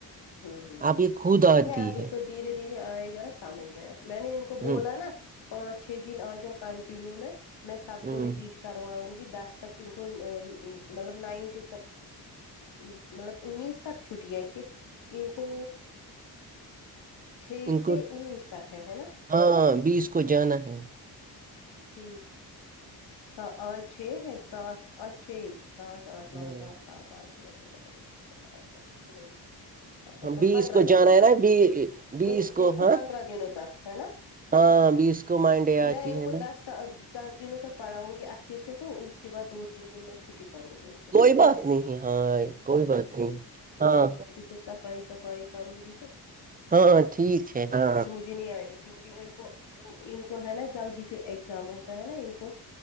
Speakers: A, on the left; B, on the right.
A: ہوں
B: اب یہ خود آتی
A: نہیں اب اس
B: ہے
A: کو دھیرے دھیرے آئے گا نا سمجھ میں آ میں نے ان کو بولا
B: ہ
A: نا پانچ چھ دن آ جاؤ کنٹنییو میںي سب
B: ہ
A: کو رپیٹ کر کرواؤں گی دس تک ان کو مطلب نائنٹ مطلب انیس تک چھٹییا کہ ان کو چھ
B: ان
A: سے
B: کو
A: انیس تک ہے ہے نا
B: ہاں بیس کو جانا ہے
A: چھ س آج چھ ہے سات آج چھ سات <unintelligible>
B: ہوں، ہاں بیس
A: پندرہ
B: کو
A: دنوں
B: جانا ہے
A: تک
B: نا بی بیس
A: اس کو
B: ہاں
A: پندرہ دنوں تک ہے نا
B: ہاں بیس کو مانڈے
A: میں
B: آتی
A: ان
B: ہے
A: کو
B: نا
A: دس دنوں تک پڑھاؤں گی اچھے سے تو اس کے بعد دو تین دن میں چھٹی کروں گی کو
B: کوئی بات نہیں ہاں کوئی بات نہیں ہاں
A: پ صفائی شفائی کروں گی تو
B: ہاں ہ ٹھیک ہے ہاں
A: ج نہیں آئے گا کیونکہ ان کو ج ان کو ہے نا جلد ہی پھر ایگزام ہوتا ہے نا ان کو